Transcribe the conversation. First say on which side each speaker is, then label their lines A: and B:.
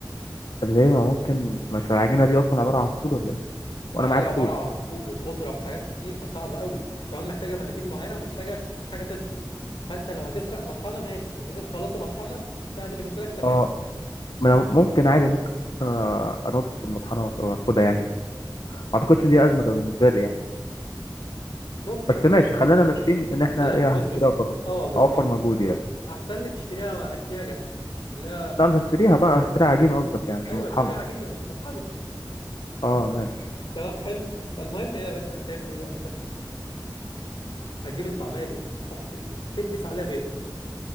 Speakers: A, on the left; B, on the left.
A: طب ليه ما ممكن مش العجينة دي اصلا عبارة عن فول ولا ايه وانا
B: يعني
A: معايا
B: عباره
A: الفول
B: عن فول وخضره وحاجات كتير فصعب قوي كمان محتاجه مقادير معينه ومحتاجه حاجه تطحن فانت لو هتسرق مطحنه ماشي يعني تسرق خلاط ومطحنه سهل بالنسبه لك تمام
A: اه ما أنا ممكن عادي ممكن آه، انط في المطحنة واخدها يعني ما اعتقدش ان دي ازمة بالنسبة لي يعني.
B: ممكن
A: بس ماشي
B: يعني
A: خلينا ماشيين ان احنا
B: انا
A: ايه
B: بص
A: هشتريها
B: بص
A: وخلاص
B: اه بالظبط
A: اوفر مجهود يعني
B: احسن لك تشتريها اشتريها جاهزه اللي هو
A: لا مش هشتريها بقى هشتري عجينه قصدك يعني مش
B: ايوه
A: مطحنه
B: اشتري عجينه مش مطحنه
A: اه ماشي
B: تمام حلو فالمهم ايه يا باشا هتعمل ايه بقى انت هتجيب الطعميه دي تحط تفقس عليها بيضه